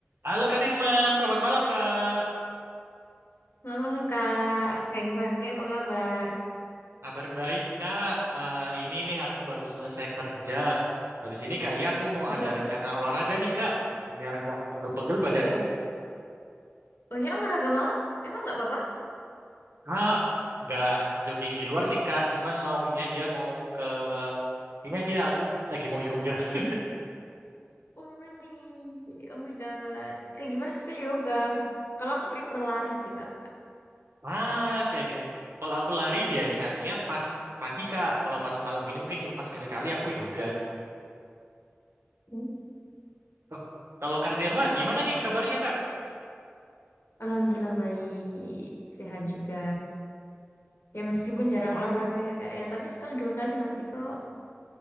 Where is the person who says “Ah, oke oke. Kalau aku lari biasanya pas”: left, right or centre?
Right